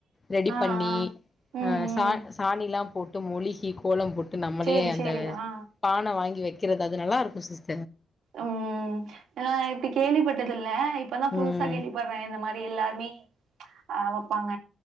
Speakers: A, on the left; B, on the right.
A: ரெடி
B: ஆ
A: பண்ணி
B: ஆ ம்
A: ஆ சா
B: ம்
A: சாணி எல்லா போட்டு மொழுகி கோலம் போட் ட்டு நம்மளே
B: சேரி
A: அந்த
B: சேரி ஆ
A: பானை வாங்கி வைக் இருக்கிறது அது நல்ல இருக்கோ சிஸ்
B: உம் ஏனா இப்படி கேள்விப்பட்டதில்ல ல்ல இப்பதா புதுசா
A: ம்
B: கேள்விப்பட்றே இந்த மாரி எல்லாருமே ஆஹ் வெப்பாங்க